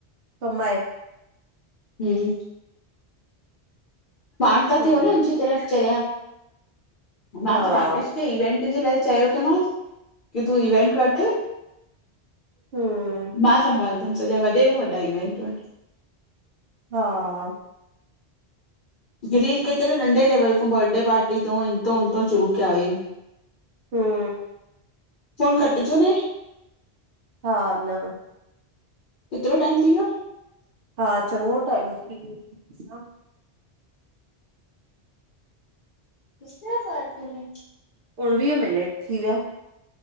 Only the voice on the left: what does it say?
हूं पाण था
थियो न उनजी तरफ़ चरिया मां
त राकेश खे इवेंट जे लाइ चयो त मांस की तूं इवेंट वठ
मां संभालंदमि सॼा, वॾे खों वॾा इवेंट वठ
गिरीश केतरे नंढे लेवल खों बर्डे पार्टी तो इंतों उंतों शुरु कया हुयंई
फोन कटजो न
केतिरो टाइम थी वियो?
किस से बात करनी